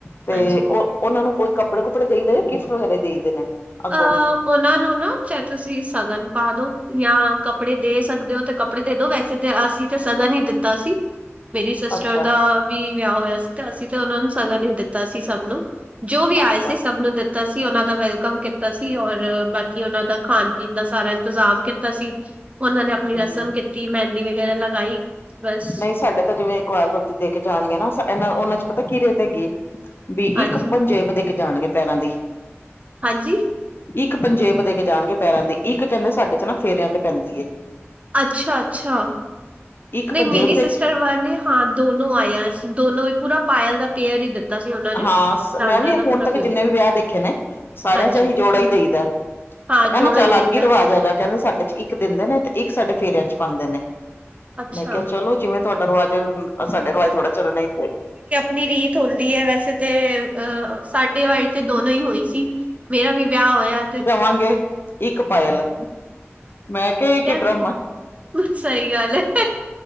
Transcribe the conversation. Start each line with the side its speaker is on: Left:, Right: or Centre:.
Left: ਤੇ
Right: ਹਾਂਜੀ
Left: ਉਹ ਉਹਨਾਂ ਨੂੰ ਕੱਪੜੇ-ਕੁੱਪੜੇ ਦੇਈ ਦੇ ਨੇ, ਗਿਫਟ ਵਗੈਰਾ ਦੇਈ ਦੇ ਨੇ? ਅੱਗੋਂ
Right: ਅਹ, ਉਹਨਾਂ ਨੂੰ ਨਾ ਚਾਹੇ ਤੁਸੀਂ ਸਗਨ ਪਾ ਦੋ, ਜਾਂ ਕੱਪੜੇ ਦੇ ਸਕਦੇ ਹੋ ਤੇ ਕੱ ਕੱਪੜੇ ਦੇ ਦੋ, ਵੈਸੇ ਤਾਂ ਅਸੀਂ ਤੇ ਸਗਨ ਹੀ ਦਿੱਤਾ ਸੀ। ਮੇਰੀ ਸਿਸਟਰ
Left: ਅੱਛਾ
Right: ਦਾ ਵੀ ਵਿਆਹ ਹੋਇਆ ਸੀ, ਤੇ ਅਸੀਂ ਤੇ ਉਹਨਾਂ ਨੂੰ ਸਗਨ ਹੀ ਦਿੱਤਾ ਸੀ ਸਭ ਨੂੰ। ਜੋ ਵੀ ਆਏ
Left: ਅੱਛਾ
Right: ਸੀ, ਸਭ ਨੂੰ ਦਿੱਤਾ ਸੀ, ਉਹਨਾਂ ਦਾ ਵੈਲਕਮ ਕੀਤਾ ਸੀ, ਔਰ ਬਾਕੀ ਉਹਨਾਂ ਦਾ ਖਾਣ- ਪੀਣ ਦਾ ਸਾਰਾ ਇੰਤਜ਼ਾਮ ਕੀਤਾ ਸੀ। ਉਹਨਾਂ ਨੇ ਆਪਣੀ
Left: ਹਮ
Right: ਰਸਮ ਕੀਤੀ, ਮਹਿੰਦੀ ਵਗੈਰਾ ਲਗਾਈ। ਬਸ
Left: ਨਹੀਂ ਸਾਡੇ ਤਾਂ ਜਿਵੇਂ, ਕਵਾਰ-ਧੋਤੀ ਦੇ ਕੇ ਜਾਣਗੀਆਂ ਨਾ, ਇਹਨਾ -ਉਹਨਾ 'ਚ ਪਤਾ ਕਿ ਰਿਤ ਹੈਗੀ ਬੀ
Right: ਹਾਂਜੀ
Left: ਇੱਕ, ਪੰਜੇਬ ਦੇ ਕੇ ਜਾਣਗੇ ਪੈਰਾਂ ਦੀ।
Right: ਹਾਂਜੀ?
Left: ਇੱਕ ਪੰਜੇਬ ਦੇ ਕੇ ਜਾਣਗੇ ਪੈਰਾਂ ਦੀ, ਇੱਕ ਕਹਿੰਦੇ ਸਾਡੇ 'ਚ ਨਾ ਫੇਰਿਆਂ ਤੇ ਪੈਂਦੀ ਏ।
Right: ਅੱਛਾ ਅੱਛਾ,
Left: ਇੱਕ
Right: ਨਹੀਂ
Left: ਪੰਜੇਬ
Right: ਮੇਰੀ
Left: ਦੇ
Right: ਸਿਸਟਰ ਬ ਨੇ ਹਾਂ ਦੋਨੋ ਆਇਆ ਸੀ, ਦੋਨੋ ਵੀ ਪੂਰਾ ਪਾਇਲ ਦਾ ਪੇਅਰ ਹੀ ਦਿੱਤਾ ਸੀ ਉਹਨਾਂ ਨੇ।
Left: ਹਾਂਂ ਸ,
Right: ਚਾਂਦਰਾ
Left: ਮੈਂ ਵੀ
Right: ਦਾ ਪੂਰਾ
Left: ਹੁਣ ਤੱਕ
Right: ਪੇਅਰ
Left: ਜਿੰਨੇ ਵੀ ਵਿਆਹ ਦੇਖੇ ਨੇ ਸਾਰਿਆਂ
Right: ਹਾਂਜੀ
Left: ਚ ਅਹੀ ਜੋੜਾ ਹੀ ਦੇਈਦਾ।
Right: ਹਾਂ
Left: ਇਹਨਾਂ
Right: ਜੋੜਾ
Left: ਚ ਅਲੱਗ
Right: ਦੇਈਦਾ
Left: ਹੀ ਰਿਵਾਜ ਹੈਗਾ ਕਹਿੰਦੇ ਸਾਡੇ ਚ ਇ ਇੱਕ ਦਿੰਦੇ ਨੇ ਤੇ ਇੱਕ ਸਾਡੇ ਫੇਰਿਆਂ ਚ ਪਾਉਂਦੇ ਨੇ
Right: ਅੱਛਾ।
Left: ਮੈਂ ਕਿਹਾ ਚਲੋ ਜਿਵੇਂ ਤੁਹਾਡਾ ਰਵਾਜ ਅਸਾਡੇ ਰਿਵਾਜ ਥੋੜਾ ਚੱਲਣੇ ਇੱਥੇ
Right: ਨੀ ਰੀਤ ਹੁੰਦੀ ਏ ਵੈਸੇ ਤੇ ਅਹ ਸਾਡੇ ਵਾਰੀ ਤੇ ਦੋਨੋ ਹੀ ਹੋਈ। ਸੀ, ਮੇਰਾ ਵੀ ਵਿਆਹ ਹੋਇਆ ਤੇ
Left: ਪਾਂਗੇ ਇੱਕ ਪਾਇਲ, ਮੈਂ ਕਿਹਾ ਏ ਕਿ
Right: ਚਲੋ
Left: ਡਰਮ
Right: ਸਹੀ ਗੱਲ ਹੈ।